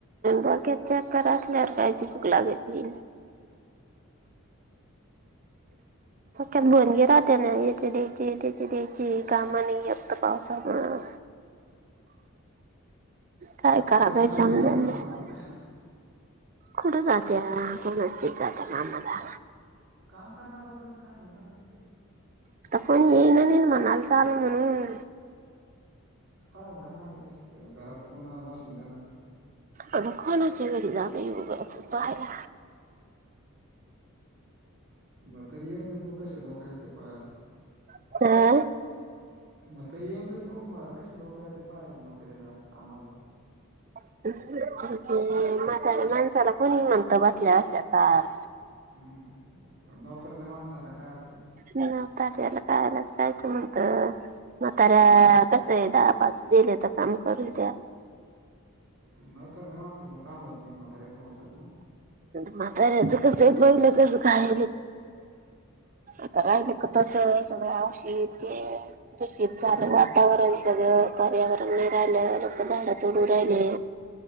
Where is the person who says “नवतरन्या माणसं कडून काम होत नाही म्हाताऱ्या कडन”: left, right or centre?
Right